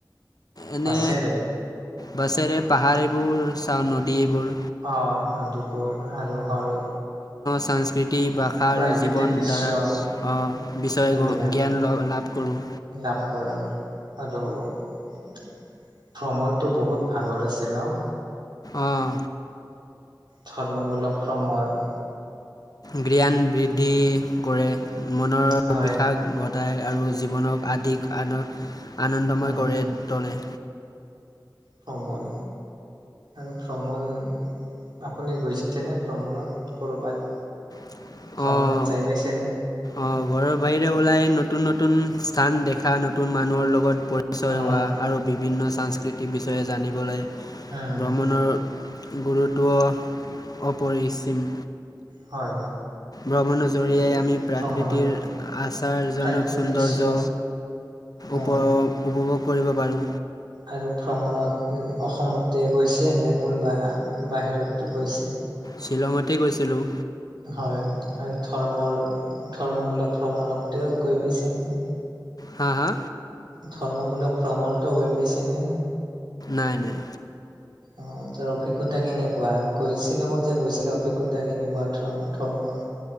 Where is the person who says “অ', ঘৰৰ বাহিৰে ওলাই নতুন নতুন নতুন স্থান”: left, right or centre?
Left